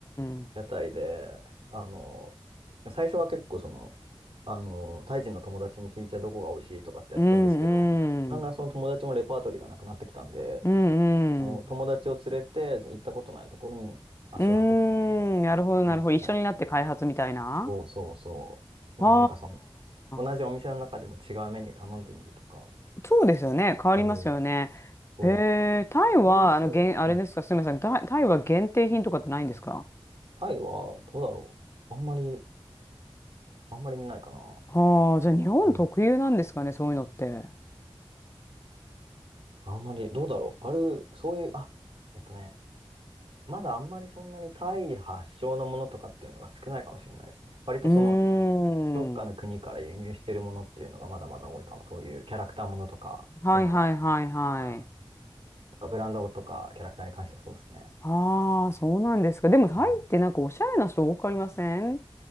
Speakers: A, on the left; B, on the right.
A: ん、
B: 屋台で、あの、最初は結構その、あの、タイ人の友達に聞いてどこが美味しいとかってやってたんですけど、
A: うんうん、
B: だんだんその友達もレパートリーがなくなってきたんで、
A: うんうん、
B: あの友達を連れて行ったことないところに足を運ぶっていうのを、
A: うーん、なるほど、なるほど。
B: ね、最近。
A: 一緒になって開発みたいな。
B: そうそうそう。
A: は
B: もうなんかその、同じお店の中でも違うメニュー頼んでみるとか。
A: あ。そうですよね。変わりますよね。
B: そう、そう。
A: へえ、タイは、
B: この店、
A: あの、限あれですか、
B: うん。
A: すみません。タイ、タイは限定品とかってないんですか
B: タイはどうだろう。あんまり、あんまり見ないかな。
A: はあ、じゃあ日本特有なんですかね、
B: うん
A: そういうのって。
B: あんまり、どうだろう。ある、そういう、あ、えっとね、まだあんまりそんなにタイ発祥のものとかっていうのが少ないかもしれないですね。割とその、
A: うーん。
B: どっかの国から輸入してるものっていうのがまだまだ多いかも。そういうキャラクターものとか、
A: はいはいはいはい。
B: そういうのは、あとかブランドとかキャラクターに関してはそうですね。
A: ああ、そうなんですか。でもタイってなんかおしゃれな人多くありません
B: あはい